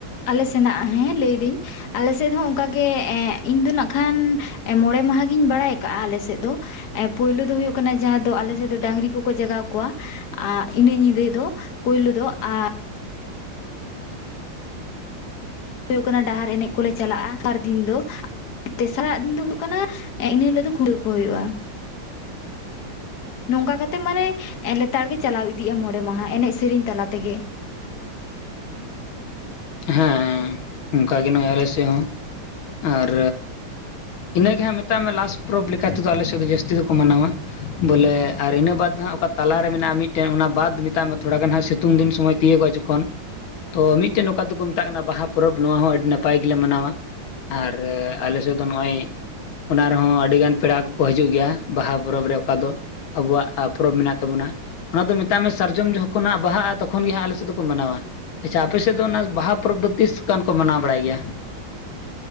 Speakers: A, on the left; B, on the left.
A: ᱟᱞᱮ ᱥᱮᱱᱟᱜ ᱦᱮᱸ ᱞᱟᱹᱭᱫᱟᱹᱧ ᱟᱞᱮ ᱥᱮᱫ ᱦᱚᱸ ᱚᱱᱠᱟᱜᱮ ᱮ ᱤᱧ ᱫᱚ ᱱᱟᱜ ᱠᱷᱟᱱ ᱢᱚᱬᱮ ᱢᱟᱦᱟ ᱜᱤᱧ ᱵᱟᱲᱟᱭ ᱟᱠᱟᱜᱼᱟ, ᱟᱞᱮ ᱥᱮᱫ ᱫᱚ᱾ ᱮ ᱯᱳᱭᱞᱳ ᱫᱚ ᱦᱩᱭᱩᱜ ᱠᱟᱱᱟ ᱡᱟᱦᱟᱸ ᱫᱚ ᱟᱞᱮ ᱥᱮᱫ ᱫᱚ ᱰᱟᱝᱨᱤ ᱠᱚᱠᱚ ᱡᱟᱜᱟᱣ ᱠᱚᱣᱟ᱾ ᱟ ᱤᱱᱟᱹ ᱧᱤᱫᱟᱹ ᱫᱚ ᱯᱳᱭᱞᱳ ᱫᱚ ᱟ ᱦᱩᱭᱩᱜ ᱠᱟᱱᱟ ᱰᱟᱦᱟᱨ ᱮᱱᱮᱡ ᱠᱚᱞᱮ ᱪᱟᱞᱟᱜᱼᱟ ᱥᱟᱨ ᱫᱤᱱ ᱫᱚ ᱛᱮᱥᱟᱨᱟᱜ ᱫᱤᱱ ᱫᱚ ᱦᱩᱭᱩᱜ ᱠᱟᱱᱟ, ᱤᱱᱟ ᱦᱤᱞᱟᱹᱜ ᱫᱚ ᱠᱷᱩᱱᱴᱟᱹᱣ ᱠᱚ ᱦᱩᱭᱩᱜᱼᱟ᱾ ᱱᱚᱝᱠᱟ ᱠᱟᱛᱮᱜ ᱢᱟᱱᱮ ᱞᱮᱛᱟᱲ ᱜᱮ ᱪᱟᱞᱟᱣ ᱤᱫᱤᱜᱼᱟ ᱢᱚᱲᱮ ᱢᱟᱦᱟ ᱮᱱᱮᱡ ᱥᱮᱨᱮᱧ ᱛᱟᱞᱟ ᱛᱮᱜᱮ᱾
B: ᱦᱮᱸ ᱚᱱᱠᱟᱜᱮ ᱱᱚᱜᱼᱚᱭ ᱟᱞᱮ ᱥᱮᱫ ᱦᱚᱸ ᱟᱨ ᱤᱱᱟᱹᱜᱮ ᱦᱟᱸᱜ ᱢᱮᱛᱟᱜ ᱢᱮ ᱞᱟᱥᱴ ᱯᱚᱨᱚᱵᱽ ᱞᱮᱠᱟᱛᱮᱫᱚ ᱟᱞᱮ ᱥᱮᱫ ᱫᱚ ᱡᱟᱹᱥᱛᱤ ᱫᱚᱠᱚ ᱢᱟᱱᱟᱣᱟ ᱵᱚᱞᱮ ᱟᱨ ᱤᱱᱟᱹ ᱵᱟᱫ ᱫᱚ ᱦᱟᱸᱜ ᱚᱠᱟ ᱛᱟᱞᱟᱨᱮ ᱢᱮᱱᱟᱜᱼᱟ? ᱢᱤᱫᱴᱮᱱ ᱚᱱᱟ ᱵᱟᱫ ᱢᱮᱛᱟᱜ ᱢᱮ ᱛᱷᱚᱲᱟ ᱜᱟᱱ ᱦᱟᱸᱜ ᱥᱤᱛᱩᱝ ᱫᱤᱱ ᱥᱚᱢᱚᱭ ᱛᱤᱭᱳᱜᱚᱜᱼᱟ ᱡᱚᱠᱷᱚᱱ ᱛᱚ ᱢᱤᱫᱴᱮᱱ ᱱᱚᱝᱠᱟ ᱫᱚᱠᱚ ᱢᱮᱛᱟᱜ ᱠᱟᱱᱟ ᱵᱟᱦᱟ ᱯᱚᱨᱚᱵᱽ᱾ ᱱᱚᱣᱟ ᱦᱚᱸ ᱟᱹᱰᱤ ᱱᱟᱯᱟᱭ ᱜᱮᱞᱮ ᱢᱟᱱᱟᱣᱟ᱾ ᱟᱨ ᱟᱞᱮᱥᱮᱫ ᱫᱚ ᱱᱚᱜᱼᱚᱭ ᱚᱱᱟ ᱨᱮᱦᱚᱸ ᱟᱹᱰᱤᱜᱟᱱ ᱯᱮᱲᱟ ᱠᱚᱠᱚ ᱦᱤᱡᱩᱜ ᱜᱮᱭᱟ᱾ ᱵᱟᱦᱟ ᱯᱚᱨᱚᱵᱽ ᱨᱮ ᱚᱠᱟ ᱫᱚ ᱟᱵᱚᱣᱟᱜ ᱯᱚᱨᱚᱵᱽ ᱢᱮᱱᱟᱜ ᱛᱟᱵᱚᱱᱟ ᱚᱱᱟ ᱫᱚ ᱢᱮᱛᱟᱜ ᱢᱮ ᱥᱟᱨᱡᱚᱢ ᱡᱚᱠᱷᱚᱱ ᱦᱟᱸᱜ ᱵᱟᱦᱟᱜᱼᱟ, ᱛᱚᱠᱷᱚᱱ ᱜᱮ ᱦᱟᱸᱜ ᱟᱞᱮᱥᱮᱫ ᱫᱚ ᱠᱚ ᱢᱟᱱᱟᱣᱟ᱾ ᱟᱪᱪᱷᱟ ᱟᱯᱮᱥᱮᱫ ᱫᱚ ᱚᱱᱟ ᱵᱟᱦᱟ ᱯᱚᱨᱚᱵᱽ ᱫᱚ ᱛᱤᱥᱠᱟᱱ ᱠᱚ ᱢᱟᱱᱟᱣ ᱵᱟᱲᱟᱭ ᱜᱮᱭᱟ?